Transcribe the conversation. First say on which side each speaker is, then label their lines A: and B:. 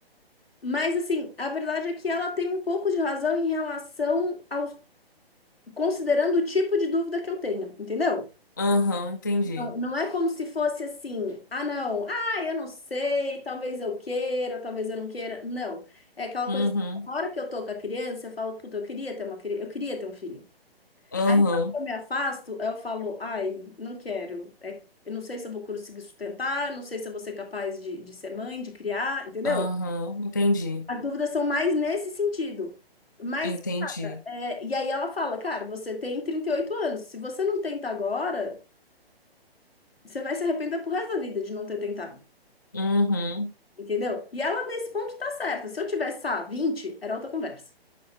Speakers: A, on the left; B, on the left.
A: Mas assim, a verdade é que ela tem um pouco de razão em relação aos, considerando o tipo de dúvida que eu tenho, entendeu?
B: uhum, entendi.
A: Não, não é como se fosse assim, ah, não, ah, eu não sei, talvez eu queira, talvez eu não queira. Não. É aquela
B: Uhum,
A: coisa assim, na hora que eu tô com a criança, eu falo, puta, eu queria ter uma criança, eu queria ter um filho.
B: uhum,
A: Aí na hora que eu me afasto, eu falo, ai, não quero. É, eu não sei se eu vou conseguir sustentar, não sei se eu vou ser capaz de, de ser mãe, de criar, entendeu?
B: uhum, entendi,
A: As dúvidas são mais nesse sentido. Mas,
B: entendi.
A: é, e aí ela fala, cara, você tem 38 anos, se você não tenta agora, você vai se arrepender pro resto da vida de não ter tentado.
B: Uhum,
A: Entendeu? E ela, nesse ponto, tá certa. Se eu tivesse, ah, 20 era outra conversa.